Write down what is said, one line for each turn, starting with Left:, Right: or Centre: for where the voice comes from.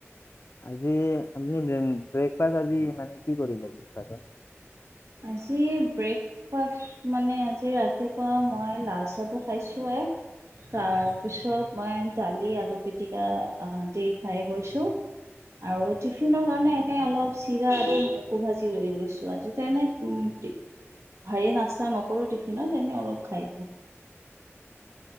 Left: আজি আপনি ব্ৰক-ব্ৰেকফাষ্ট আজি মানে কি কৰিলে ব্ৰেকফাত?
Right: আজি ব্ৰেকফাষ্ট মানে আজি <unintelligible> ৰাতিপুৱা মই লাল চাহটো খাইছোৱেই তাৰপিছত মই দালি, আলু পিতিকা দি খাই গৈছো আৰু টিফিনৰ কাৰণে এনে অলপ চিৰা আৰু মগু ভাজি লৈ গৈছো। আজি তেনে উম, টিফি ভাৰী নাস্তা নকৰো টিফিনত, এনে অলপ খাই দিওঁ।